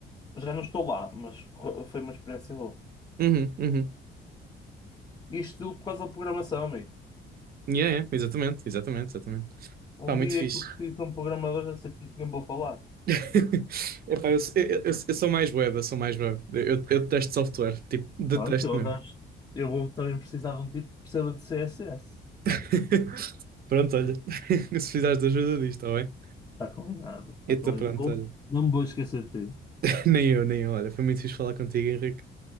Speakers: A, on the left (about 20°); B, on the right (about 50°).
A: bem. Já não estou lá, mas correu- foi uma experiência boa.
B: uhum, uhum.
A: Isto tudo por causa da programação, amigo.
B: Yeah, yeah. Exatamente, exatamente, exatamente.
A: Um
B: Pá, muito
A: dia
B: fixe.
A: que eu preciso de um programador, já sei com quem vou falar.
B: <laughs> Epá, eu, eu, eu- eu sou mais web, eu sou mais web. Eu, eu detesto software, tipo, detesto
A: Pronto, eu
B: mesmo.
A: arranjo. Eu vou também precisar de um tipo que perceba de CSS.
B: <laughs> Pronto, olha, <laughs> se precisares de ajuda disto, está bem?
A: Está combinado, está
B: Então,
A: combinado.
B: pronto,
A: Vou-
B: olha,
A: não me vou esquecer de ti,
B: <laughs> nem eu, nem eu, olha, foi muito fixe falar contigo, Henrique.